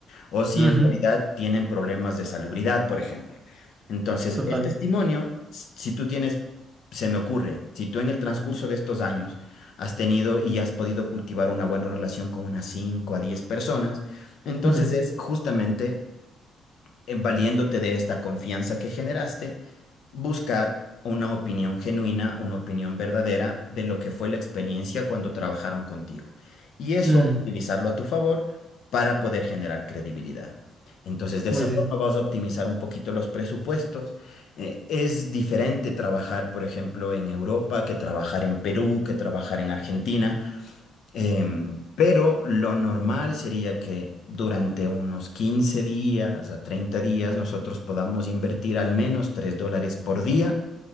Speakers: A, on the left; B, on the right.
A: o si
B: Ujú,
A: en realidad tienen problemas de salubridad, por ejemplo. Entonces,
B: total.
A: el testimonio, s- si tú tienes, se me ocurre, si tú en el transcurso de estos años has tenido y has podido cultivar una buena relación con unas 5 a 10 personas, entonces
B: Mm,
A: es justamente eh, valiéndote de esta confianza que generaste buscar una opinión genuina, una opinión verdadera de lo que fue la experiencia cuando trabajaron contigo. Y eso,
B: mm,
A: utilizarlo a tu favor para poder generar credibilidad. Entonces, de
B: muy
A: esa
B: bien.
A: forma vas a optimizar un poquito los presupuestos. Eh, es diferente trabajar, por ejemplo, en Europa que trabajar en Perú, que trabajar en Argentina. Em, pero lo normal sería que durante unos 15 días a 30 días nosotros podamos invertir al menos 3 dólares por día